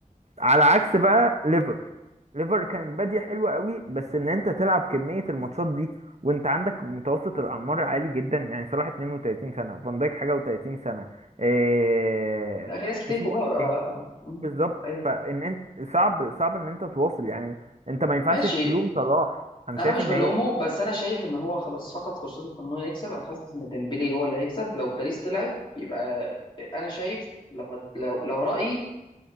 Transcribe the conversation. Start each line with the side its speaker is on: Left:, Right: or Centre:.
Right: على عكس بقى ليفر ليفر كان بادية حلوة قوي بس ان انت تلعب كمية الماتشات دي وانت عندك متوسط الاعمار عالي جدا يعني صلاح 32 سنة فان دايك حاجة و30 سنة إيه...
Left: لا في ناس كتير
Right: اسمه
Left: كبار
Right: ايه التاني؟
Left: اه لا آه.
Right: بالظبط
Left: ايوه
Right: فان انت صعب صعب ان انت تواصل يعني انت ما ينفعش
Left: ماشي
Right: تلوم صلاح انا
Left: انا
Right: شايف
Left: مش
Right: ان
Left: بلومه
Right: هي
Left: بس انا شايف ان هو خلاص فقد فرصته في ان هو يكسب انا حاسس ان ديمبلي هو اللي هيكسب لو باريس طلعت يبقى انا شايف لو هت... لو لو رايي